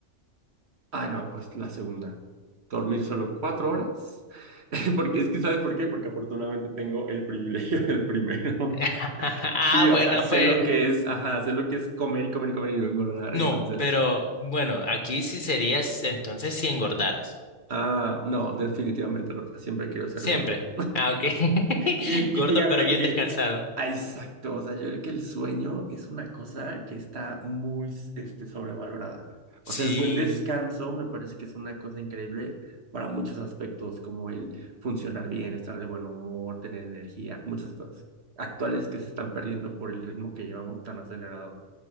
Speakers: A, on the right (about 60°); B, on the left (about 45°).
A: Ah, no, pues la segunda. Dormir solo cuatro horas. <laughs> Porque es que, ¿sabes por qué? Porque afortunadamente tengo el privilegio del primero.
B: <laughs>
A: <laughs>
B: Ah,
A: Sí, o
B: bueno,
A: sea, sé
B: pues.
A: lo que es, ajá, sé lo que es comer y comer y comer y no engordar.
B: No,
A: Entonces,
B: pero bueno, aquí sí serías entonces si engordaras.
A: ah, no, definitivamente la otra. Siempre quiero ser
B: Siempre.
A: gordo.
B: Ah, ok. <laughs>
A: Y,
B: Gordo
A: y fíjate
B: pero bien
A: que,
B: descansado.
A: ah, exacto, o sea, yo creo que el sueño es una cosa que está muy este, sobrevalorada. O
B: Sí.
A: sea, el buen descanso me parece que es una cosa increíble para muchos aspectos, como el funcionar bien, estar de buen humor, tener energía, muchas cosas actuales que se están perdiendo por el ritmo que llevamos tan acelerado.